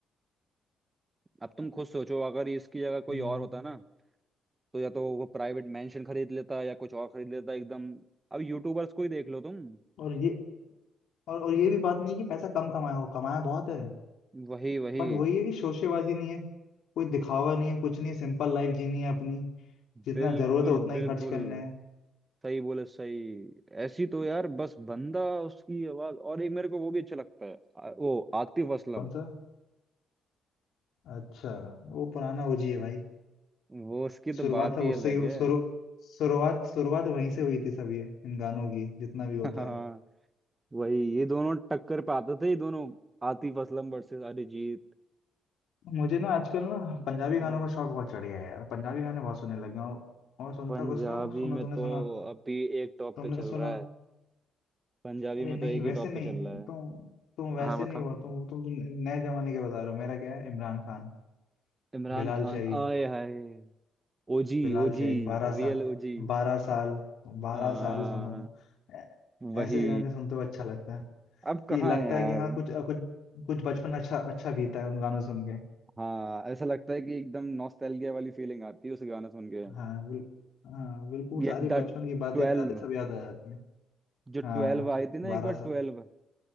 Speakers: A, on the right; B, on the left.
A: अब तुम खुद सोचो अगर इसकी जगह कोई
B: हम्म,
A: और होता ना तो या तो वो प्राइवेट मेंशन खरीद लेता या कुछ और खरीद लेता एकदम अब यूट्यूबर्स को ही देख लो तुम
B: और ये और, और ये भी बात नहीं कि पैसा कम कमाया हो कमाया बहुत है
A: वही वही
B: बट वही है कि शोशेबाजी नहीं है कोई दिखावा नहीं है कुछ नहीं है सिंपल लाइफ जीनी है अपनी जितना
A: बिल्कुल
B: जरूरत है उतना ही
A: बिल्कुल
B: खर्च करना है
A: सही बोले सही ऐसी तो यार बस बंदा उसकी आवाज और एक मेरे को वो भी अच्छा लगता है आ- वो आतिफ असलम
B: कौन सा अच्छा वो पुराना ओजी है भाई
A: वो उसकी
B: शुरुआत
A: तो बात
B: सब
A: ही
B: उससे
A: अलग
B: ही
A: है
B: शुरू शुरुआत शुरुआत वहीं से हुई थी सब ये इन गानों की जितना
A: <laughs>
B: भी होता
A: हाँ
B: है
A: वही ये दोनों टक्कर पे आते थे ये दोनों आतिफ असलम वर्सेस अरिजीत
B: मुझे ना आजकल ना पंजाबी
A: हाँ
B: गानों का शौक बहुत चढ़ गया है यार पंजाबी गाने बहुत सुनने लगे हूँ और सुनता
A: पंजाबी
B: कुछ क्यों सुनो
A: में
B: तुमने
A: तो
B: सुना
A: अभी एक टॉप
B: तुमने
A: पे चल
B: सुना
A: रहा है पंजाबी
B: अरे
A: में
B: नहीं
A: तो एक
B: वैसे
A: ही टॉप
B: नहीं
A: पे चल रहा
B: तुम
A: है
B: तुम वैसे
A: हाँ
B: नहीं
A: बताओ
B: हो तुम तुम, तुम नए जमाने के बता रहे हो मेरा क्या है इमरान खान
A: इमरान
B: बिलाल
A: खान
B: शहीद
A: आए हाय OG
B: बिलाल
A: OG
B: शहीद बारह
A: Real
B: साल
A: OG
B: बारह साल बारह
A: आ
B: साल सुनो ऐ-
A: वही
B: ऐसे गाने सुनते हुए अच्छा लगता है
A: अब कहाँ
B: ये लगता
A: है यार
B: है कि हाँ कुछ कुछ कुछ बचपन अच्छा अच्छा बीता है उन गानों सुन के
A: हाँ ऐसा लगता है कि एकदम नॉस्टैल्जिया वाली फीलिंग आती है उस गाना सुन के
B: हाँ बिल, हाँ बिल्कुल
A: ये
B: सारी
A: द
B: बचपन
A: ट्वेल्व
B: की बातें यादें सब याद आ जाती हैं
A: जो
B: हाँ
A: ट्वेल्व आई थी
B: बारह
A: ना एक बार
B: साल
A: ट्वेल्व